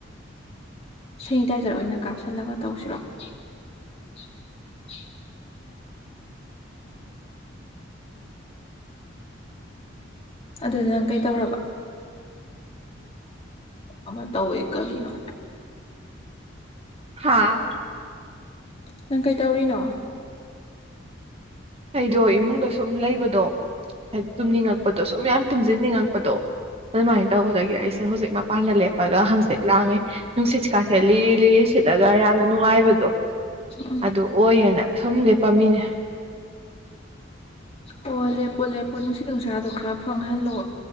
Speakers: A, on the left; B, on the right.
A: ꯁꯦꯅꯤꯇꯥꯏꯖꯔ ꯑꯣꯏꯅ ꯀꯥꯞꯁꯤꯜꯂꯒ ꯇꯧꯁꯤꯔꯣ <unintelligible> ꯑꯗꯨꯗ ꯅꯪ ꯀꯩ ꯇꯧꯔꯕ ꯑꯃ ꯇꯧꯋꯦ ꯀꯔꯤꯅꯣ
B: ꯑꯥ
A: ꯅꯪ ꯀꯩ ꯇꯧꯔꯤꯅꯣ
B: ꯑꯩꯗꯣ ꯏꯃꯨꯡꯗ ꯁꯨꯝ ꯂꯩꯕꯗꯣ ꯇꯨꯝꯅꯤꯡꯉꯛꯄꯗꯣ ꯁꯨꯝ ꯃꯌꯥꯝ ꯇꯨꯝꯁꯤꯟꯅꯤꯡꯉꯛꯄꯗꯣ ꯑꯗꯨꯃꯥꯏꯅ ꯇꯧꯕꯗꯒꯤ ꯑꯩꯁꯦ ꯍꯧꯖꯤꯛ ꯃꯄꯥꯟꯗ ꯂꯦꯞꯄ ꯒ ꯍꯪꯆꯤꯠ ꯂꯥꯡꯉꯦ ꯅꯨꯡꯁꯤꯠꯀꯥꯥꯁꯦꯠ ꯂꯤꯔꯦ ꯂꯤꯔꯦ ꯁꯤꯠꯂꯒ ꯌꯥꯝꯅ ꯅꯨꯡꯉꯥꯏꯕꯗꯣ
A: ꯎꯝ
B: ꯑꯗꯨꯗ ꯑꯣꯌꯦꯅ ꯁꯨꯝ ꯂꯦꯞꯄ ꯃꯤꯅꯦ
A: ꯑꯣ ꯂꯦꯞꯄꯣ ꯂꯦꯞꯄꯣ ꯅꯨꯡꯁꯤꯠ ꯅꯨꯡꯁꯥꯗꯣ ꯈꯔ ꯐꯪꯍꯜꯂꯣ